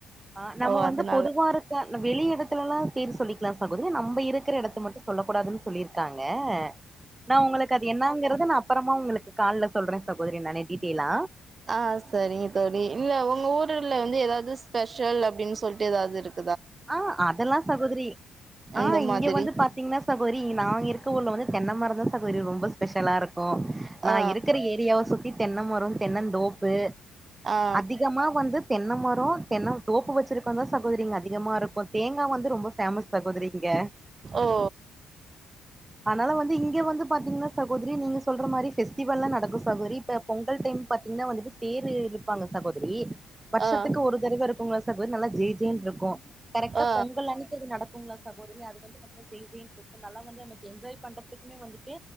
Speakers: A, on the right; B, on the right.
A: ஆஹ நம்ம
B: ஓ அதனால
A: வந்து பொதுவா இருக்க வெளி இடத்துல எல்லாம் சொல்லிக்கலாம் சகோதரி நம்ம இருக்கிற இடத்த மட்டும் சொல்ல கூடாதுன்னு சொல்லியிருக்காங்க நான் உங்களுக்கு அது என்னங்கறது நான் அப்புறமா உங்களுக்கு கால்ல சொல்றே சகோதரி நானு டீட்டெய்லா
B: ஆஹ சரிங்க தோழி இல்ல உங்க ஊர் வந்து எதாவது ஸ்பெஷல் அப்படின்னு சொல்லிட்டு எதாவது இருக்கா
A: ஆஹ அதெல்லாம் சகோதரி
B: அந்த
A: ஆஹ இங்க
B: மாதிரி
A: வந்து பாத்தீங்கன்னா சகோதரி நாங்க இருக்க ஊர்ல வந்து தென்னைமரதான் சகோதரி ரொம்ப ஸ்பெஷலா இருக்கும் கு
B: ஆ
A: நான் இருக்கிற ஏரியாவ சுத்தி தென்ன மரம் தென்ன தோப்பு
B: ஆ
A: அதிகமா வந்து தென்ன மரம் தென்ன தோப்பு வச்சிருக்கவங்க தான் சகோதரிங்க அதிகமா இருக்கும் தேங்காய் வந்து ரொம்பொமஸ் சகோதரி இங்க
B: ஓ
A: ஆனால வந்து இங்க வந்து பாத்தீங்கன்னா சகோதரி நீங்க சொல் மாதிரி பெஸ்டி வெல்லாம் நடக்கும் சகோதரி இப்ப பொங்கல் டைம் பாத்தீங்கன்னா வந்துட்டு தேரு இருப்பாங்க சகோதரி வருஷத்துக்கு
B: ஆ
A: ஒரு தடவ இருக்கு உங்கள சகோதரி நல்ல ஜெ ஜெ ன் கரெக்டா
B: ஆ
A: பொங்கல் அன்னைக்கு அது நடக்குங்களா சகோதரி அது வந்து ஜேஜே இருக்கும் நல்லா வந்து ந என்ஜாய் பண்றதுக்குனே வந்துட்டு